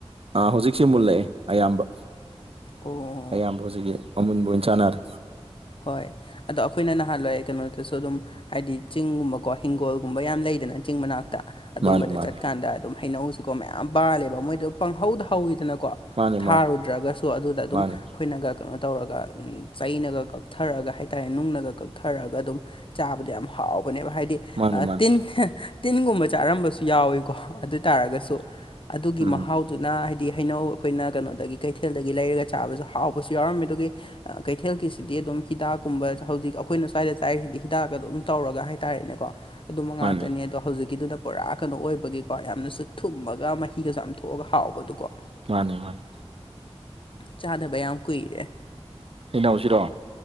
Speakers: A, on the right (about 60°); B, on the left (about 55°).
A: ꯑꯥ ꯍꯧꯖꯤꯛꯁꯦ ꯃꯨꯜꯂꯛꯑꯦ ꯑꯌꯥꯝꯕ
B: ꯑꯣ
A: ꯑꯌꯥꯝꯕ ꯍꯧꯖꯤꯛꯀꯤ ꯑꯃꯨꯟꯕ ꯑꯣꯏꯅ ꯆꯥꯟꯅꯔꯦ꯫
B: ꯍꯣꯏ ꯑꯗꯣ ꯑꯩꯈꯣꯏꯅ ꯅꯍꯥꯟꯋꯥꯏ ꯀꯩꯅꯣꯗꯁꯨ ꯑꯗꯨꯝ ꯍꯥꯏꯗꯤ ꯆꯤꯡꯒꯨꯝꯕꯀꯣ ꯍꯤꯡꯒꯣꯜꯒꯨꯝꯕ ꯌꯥꯝ ꯂꯩꯗꯅ ꯆꯤꯡ ꯃꯅꯥꯛꯇ ꯑꯗꯨꯝꯕꯗ
A: ꯃꯥꯅꯤ ꯃꯥꯅꯤ
B: ꯆꯠꯀꯥꯟꯗ ꯑꯗꯨꯝ ꯍꯩꯅꯧꯁꯤꯀꯣ ꯃꯌꯥꯝ ꯄꯥꯜꯂꯦꯕ ꯃꯣꯏꯗꯣ ꯄꯪꯍꯧꯗ ꯍꯧꯋꯤꯗꯅꯀꯣ
A: ꯃꯥꯅꯤ
B: ꯊꯥꯔꯨꯗ꯭ꯔꯒꯁꯨ ꯑꯗꯨꯗ ꯑꯗꯨꯝ
A: ꯃꯥꯅꯤ
B: ꯑꯩꯈꯣꯏꯅꯒ
A: ꯃꯥꯅꯤ
B: ꯀꯩꯅꯣ ꯇꯧꯔꯒ ꯆꯩꯅꯒ ꯀꯛꯊꯔꯒ ꯍꯥꯏꯇꯥꯔꯦ ꯅꯨꯡꯅꯒ ꯀꯛꯊꯔꯒ ꯑꯗꯨꯝ ꯆꯥꯕꯗ ꯌꯥꯝ ꯍꯥꯎꯕꯅꯦꯕ ꯍꯥꯏꯗꯤ
A: ꯃꯥꯅꯤ ꯃꯥꯅꯤ
B: ꯇꯤꯟ ꯇꯤꯟꯒꯨꯝꯕ ꯆꯥꯔꯝꯕꯁꯨ ꯌꯥꯎꯋꯤꯀꯣ ꯑꯗꯨ ꯇꯥꯔꯒꯁꯨ ꯑꯗꯨꯒꯤ
A: ꯎꯝ
B: ꯃꯍꯥꯎꯗꯨꯅ ꯍꯥꯏꯗꯤ ꯍꯩꯅꯧ ꯑꯩꯈꯣꯏꯅ ꯀꯩꯅꯣꯗꯒꯤ ꯀꯩꯊꯦꯜꯗꯒꯤ ꯂꯩꯔꯒ ꯆꯥꯕꯁꯨ ꯍꯥꯎꯕꯁꯨ ꯌꯥꯎꯔꯝꯃꯦ ꯑꯗꯨꯒꯤ ꯀꯩꯊꯦꯜꯒꯤꯁꯤꯗꯤ ꯑꯗꯨꯝ ꯍꯤꯗꯥꯛꯀꯨꯝꯕ ꯍꯧꯖꯤꯛ ꯑꯩꯈꯣꯏꯅ ꯁ꯭ꯋꯥꯏꯗ ꯆꯥꯏꯔꯤꯁꯤꯗꯤ ꯍꯤꯗꯥꯛꯀ ꯑꯗꯨ ꯑꯗꯨꯝ ꯇꯧꯔꯒ ꯍꯥꯏꯇꯥꯔꯦꯅꯦꯀꯣ ꯑꯗꯨꯃ ꯉꯥꯛꯇꯅꯤ
A: ꯃꯥꯅꯤ
B: ꯑꯗꯣ ꯍꯧꯖꯤꯛꯀꯤꯗꯨꯗ ꯄꯨꯔꯥ ꯀꯩꯅꯣ ꯑꯣꯏꯕꯒꯤꯀꯣ ꯌꯥꯝꯅꯁꯨ ꯊꯨꯝꯃꯒ ꯃꯍꯤꯒ ꯆꯥꯝꯊꯣꯛꯑꯒ ꯍꯥꯎꯕꯗꯀꯣ
A: ꯃꯥꯅꯦ ꯃꯥꯅꯦ
B: ꯆꯥꯗꯕ ꯌꯥꯝ ꯀꯨꯏꯔꯦ
A: ꯍꯅꯥꯎꯁꯤꯔꯣ